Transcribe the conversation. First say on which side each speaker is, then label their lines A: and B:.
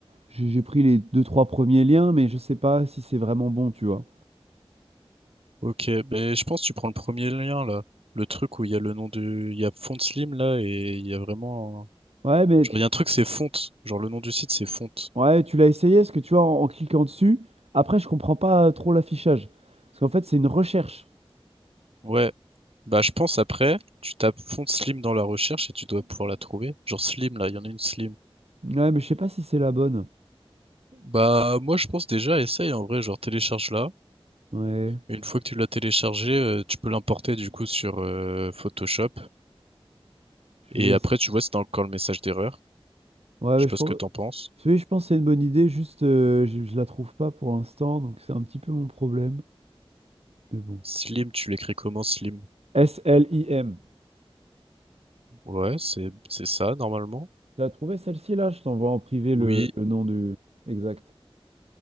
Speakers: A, on the right; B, on the right.
A: j'ai j'ai pris les deux, trois premiers liens, mais je sais pas si c'est vraiment bon, tu vois.
B: Ok, ben je pense que tu prends le premier lien, là. Le truc où il y a le nom du... Il y a Font Slim, là, et il y a vraiment... un-
A: Ouais, mais
B: Genre,
A: tu,
B: il y a un truc, c'est Font. Genre, le nom du site, c'est Font.
A: ouais, tu l'as essayé, parce que tu vois, en, en cliquant dessus, après, je comprends pas trop l'affichage. Parce qu'en fait, c'est une recherche.
B: Ouais, bah je pense après, tu tapes Font Slim dans la recherche et tu dois pouvoir la trouver. Genre Slim, là, il y en a une Slim.
A: Ouais, mais je sais pas si c'est la bonne.
B: Bah moi je pense déjà, essaye en vrai, genre télécharge là
A: Ouais,
B: Une fois que tu l'as téléchargé euh, tu peux l'importer du coup sur euh, Photoshop.
A: je
B: Et
A: vais.
B: après
A: ess-
B: tu vois si t'as encore le message d'erreur.
A: Ouais,
B: Je
A: mais
B: sais pas
A: je
B: ce
A: pense.
B: que t'en penses.
A: Oui, je pense que c'est une bonne idée, juste euh, je, je la trouve pas pour l'instant, donc c'est un petit peu mon problème. Mais bon.
B: Slim, tu l'écris comment Slim?
A: S L SLIM.
B: Ouais, c'est c'est ça normalement.
A: Tu as trouvé celle-ci là? Je t'envoie en privé
B: Oui,
A: le, le nom du exact.